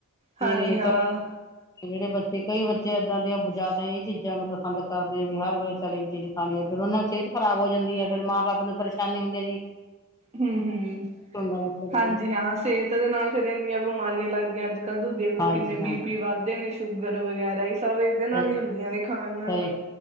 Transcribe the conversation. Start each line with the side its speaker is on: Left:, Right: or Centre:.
Right: ਹਾਂਜੀ
Left: ਫਰ ਇਹ
Right: ਹਾਂ।
Left: ਤਾਂ ਜਿਹੜੇ ਬੱਚੇ ਤੇ ਕਈ ਬੱਚੇ ਇਏਦਾਂ ਦੇ ਜ਼ਿਆਦਾ ਇਹ ਚੀਜ਼ਾਂ ਨੂੰ ਪਸੰਦ ਕਰਦੇ ਆ ਵੀ ਹਰ ਵ ਚਾਲੀ ਵੀ ਚੀਜ਼ ਖਾਣੀ ਹੈ ।ਫੇਿਰ ਉਹਨਾਂ ਦੀ ਸਿਹਤ ਖਰਾਬ ਹੋ ਜਾਂਦੀ ਹੈ ਫਿਰ ਮਾਂ ਬਾਪ ਨੂੰ ਪਰੇ। ਸ਼ਾਨੇ ਹੁੰਦੇ ਆ ਜੀ।
Right: ਹਮ, ਹਮ
Left: ਹੁੰਦਾ ਜੀ
Right: ਹਾਂਜੀ ਹਾਂ ਸਿਹਤ ਦੇ ਨਾਲ ਫੇਿਰ ਇੰਨੀਆਂ ਬਿਮਾਰੀਆਂ ਲੱਗਦੀਆਂ ਅੱਜ ਕੱਲ ਦ ਦੇਖਲੋ
Left: ਹਾਂਜੀ
Right: ਕਿੰਨੇ
Left: ਹਾਂਜੀ
Right: ਬੀ ਪੀ ਵੱਧਦੇ ਨੇ ਸ਼ੂਗਰ ਵਗੈਰਾ ਸਭ ਇਹਦੇ ਨਾਲ
Left: ਸਹੀ
Right: ਹੀ ਹੁੰਦੀਆਂ ਨੇ ਖਾਣ ਨਾਲ
Left: ਸਹੀ